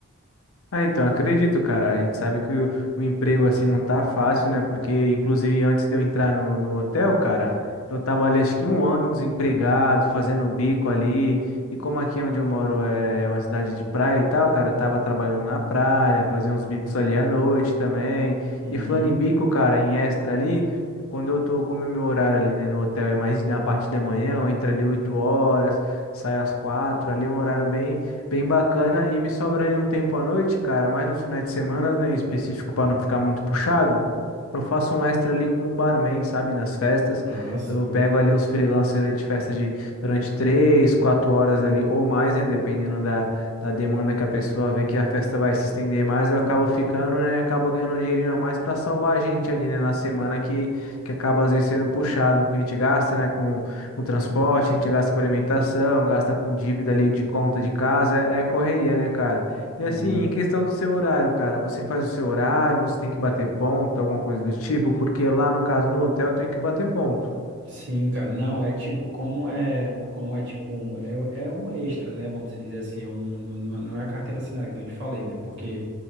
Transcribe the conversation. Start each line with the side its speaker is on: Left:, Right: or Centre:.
Left: Ah, então, acredito, cara. A gente sabe que o, o emprego assim não tá fácil, né? Porque, inclusive, antes de eu entrar no, no hotel, cara, eu tava ali acho que um ano desempregado, fazendo bico ali. E como aqui onde eu moro é uma cidade de praia e tal, cara, eu tava trabalhando na praia, fazia uns bicos ali à noite também.
Right: Uhum.
Left: E falando em bico, cara, em extra ali, quando eu tô, como é meu horário ali, né, no hotel é mais da parte da manhã, eu entro ali 8 horas, saio às quatro, ali é um horário bem bem bacana. E me sobra ali um tempo à noite, cara, mas nos finais de semana, né, em específico para não ficar muito puxado. Eu faço um extra ali como barman, sabe? Nas festas.
Right: Ah, sim.
Left: Eu pego ali uns freelancers ali de festa de durante três, quatro horas ali ou mais, né? Dependendo da, da demanda que a pessoa vê que a festa vai se estender mais, eu acabo ficando, né? Acabo ganhando um dinheirinho a mais para salvar a gente ali, né? Na semana que, que acaba às vezes sendo puxado. A gente gasta, né? com com transporte, a gente gasta com alimentação, gasta com dívida ali de conta de casa, é, é correria, né, cara? E
Right: Sim.
Left: assim, em questão do seu horário, cara, você faz o seu horário, você tem que bater ponto, alguma coisa do tipo, porque lá no caso no hotel eu tenho que bater ponto.
Right: Sim, cara, não, é tipo, como é, como é tipo um, é, é um extra, né, vamos dizer assim, é um, não, não não é a carteira assinada, que nem eu te falei, né, porque